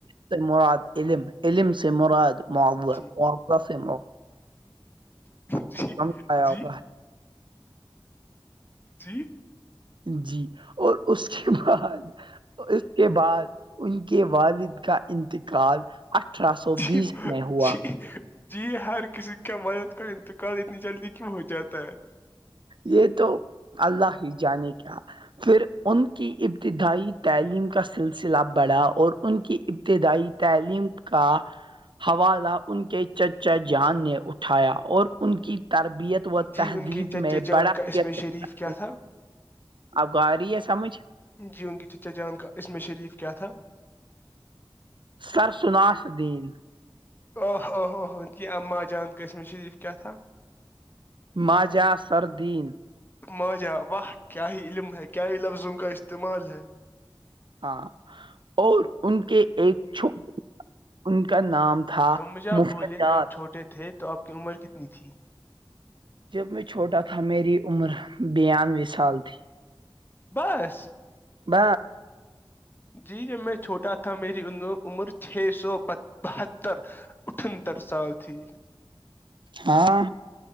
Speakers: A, on the right (about 60°); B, on the left (about 25°).
A: سے مراد علم علم سے مراد معوع
B: جی
A: ہے مضہ سے
B: جی
A: کچ
B: جی
A: کم کھیا ہوگا
B: جی
A: جی اور اس کے بعد اس کے بعد ان کے والد کا انتقال اٹھارہ سو
B: جی
A: بیس میں ہوا
B: جی جی ہر کسی کا مدد کا انتقال اتنی جلدی کیوں ہو جاتا ہے
A: یہ تو اللہ ہی جانے کیا پھر ان کی ابتدائی تعلیم کا سلسلہ بڑھا اور ان کی ابتدائی تعلیم کا
B: <inaudible>
A: حوالہ ان کے چچا جان
B: جی
A: نے اٹھایا اور ان کی تربیت و
B: جی
A: تہذیب
B: ان کے چچے
A: میں
B: جان
A: بڑا کردار
B: کا عم شریف
A: ادا
B: کیا تھا
A: آپ کو آ رہی ہے سمجھ
B: جی ان کی چچا جان کا عم شریف کیا تھا
A: سرثناس الدین
B: آہ آوہ آ کہ اماں جان قسم شریف کیا تھا
A: ماجا سردین
B: ماجا واہ کیا ہی علم ہے کیا ہی لفظ ان کا استعمال ہے
A: ہاں اور ان کے ایک چھوٹے ان کا نام تھا
B: تو مجھے آپ
A: مفت
B: بولے
A: ج
B: جب آپ چھوٹے تھے تو آپ کی عمر کتنی تھی
A: جب میں چھوٹا تھا میری عمر بانوے سال تھی
B: بس
A: ب
B: جی جب میں چھوٹا تھا میری عمر چھ سو بہتر اٹھنتر سال تھی
A: ہاں